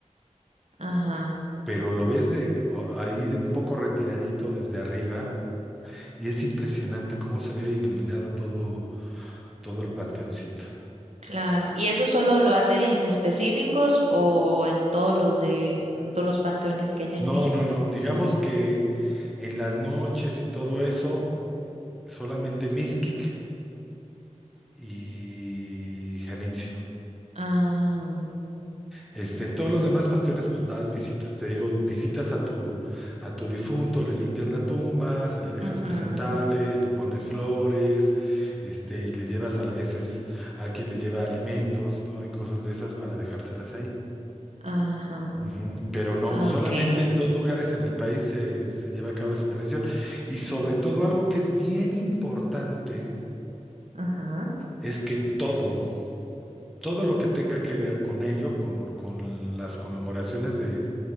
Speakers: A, on the right (about 60°); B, in the centre.
A: Ajá.
B: pero lo ves de o- ahí de un poco retiradito desde arriba y es impresionante cómo se ve iluminado todo todo el panteoncito.
A: Claro. ¿Y eso solo lo hacen en específicos o en todos los de, en todos los panteones que hay en
B: No,
A: México?
B: no, no, digamos que en las noches y todo eso solamente Mixquic y Janitzio.
A: Ah,
B: Este, en todos los demás panteones, pues vas, visitas, te digo, visitas a tu, a tu difunto, le limpias la tumba, se la dejas
A: ujú,
B: presentable, le pones flores, este, y le llevas a la veces a quien le lleva alimentos, ¿no? Y cosas de esas para dejárselas ahí.
A: ajá,
B: Ujú, Pero no,
A: Ah,
B: solamente
A: ok.
B: en dos lugares en el país se, se lleva a cabo esa tradición. Y sobre todo algo que es bien importante
A: Ajá,
B: es que todo, todo lo que tenga que ver con ello, con, con las conmemoraciones de,